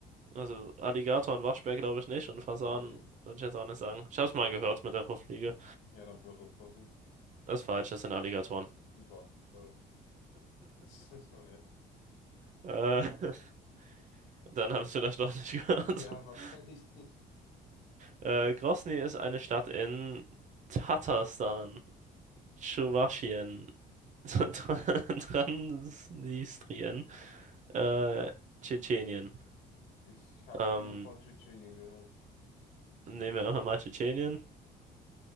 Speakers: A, on the right (about 45°); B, on the left (about 85°).
A: Also Alligator und Waschbär glaube ich nicht und Fasan
B: Nee,
A: würde ich jetzt auch nicht sagen. Ich habe es
B: nee.
A: mal gehört mit der Fruchtfliege.
B: Ja, dann wird das passen.
A: Das ist falsch, das sind Alligatoren.
B: Ja, super, toll. <laughs> Junge.
A: Äh, <laughs> dann haben Sie es vielleicht doch nicht gehört.
B: Ja,
A: <laughs>
B: wahrscheinlich nicht.
A: Äh, Grosny ist eine Stadt in Tatarstan, Tschuwaschien, <laughs> Transnistrien, äh, Tschetschenien.
B: Ich habe
A: Ähm,
B: nur von Tschetschenien gehört.
A: nehmen wir einfach mal Tschetschenien.